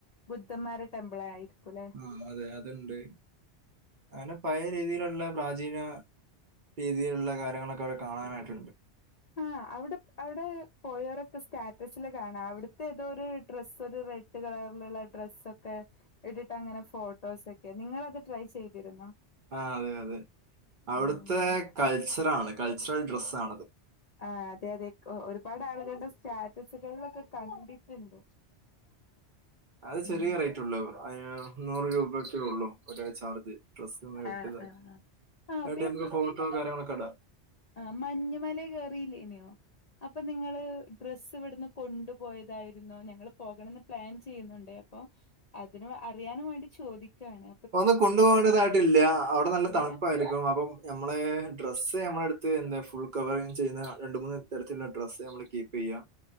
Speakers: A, on the left; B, on the right.
A: ബുദ്ധന്മാരെ ടെമ്പിൾ ആയിരിക്കും ലേ
B: ആഹ് അതെ അത്ണ്ട് അങ്ങനെ പഴയ രീതിയിലുള്ള പ്രാചീന രീതിയിലുള്ള കാര്യങ്ങളൊക്കെ അവിടെ കാണാനായിട്ടുണ്ട്
A: ആഹ് അവിടെ അവിടെ പോയവരൊക്കെ സ്റ്റാറ്റസില് കാണാം അവിടുത്തെ ഏതോ ഒരു ഡ്രസ്സൊരു റെഡ് കളറിലുള്ള ഡ്രസ്സൊക്കെ ഇട്ടിട്ടങ്ങനെ ഫോട്ടോസൊക്കെ നിങ്ങളത് ട്രൈ ചെയ്തിരുന്നോ
B: ആഹ് അതെ അതെ അവിടുത്തെ
A: ആഹ്
B: കൾച്ചറാണ് കൾച്ചറൽ ഡ്രസ്സാണത്
A: ആഹ് അതെ അതെ ഒരുപാട് ആളുകളുടെ സ്റ്റാറ്റസുകളിലൊക്കെ കണ്ടിട്ടുണ്ട്
B: അത് ചെറിയ
A: ഉം
B: റേറ്റ്ള്ളൂ അതിന് നൂറ് രൂപയൊക്കേ ഉള്ളു ഒരു ചാർജ് ഡ്രസ് <unintelligible>
A: ആഹ് ആഹ് ആഹ്
B: <unintelligible>
A: ആഹ്
B: കാര്യങ്ങളൊക്കെ ഇടാ
A: ആഹ് മഞ്ഞുമലേ കേറില്ലേനോ അപ്പൊ നിങ്ങള് ഡ്രസ്സിവിടുന്ന് കൊണ്ടു പോയതായിരുന്നോ ഞങ്ങള് പോകണംന്ന് പ്ലാൻ ചെയ്യുന്നുണ്ട് അപ്പൊ അതിനും അറിയാനും വേണ്ടി ചോദിക്ക്വാണ്
B: ഒന്നും കൊണ്ടു പോകേണ്ടതായിട്ടില്ല അവിടെ നല്ല
A: ഇല്ല
B: തണുപ്പായിരു ക്കും അപ്പം ഞമ്മളെ ഡ്രസ്സ് ഞമ്മളടുത്ത് എന്താ ഫുൾ കവറിങ് ചെയ്യുന്ന രണ്ട് മൂന്ന് തരത്തിലുള്ള ഡ്രസ്സ് നമ്മള് കീപ്പ് ചെയ്യാ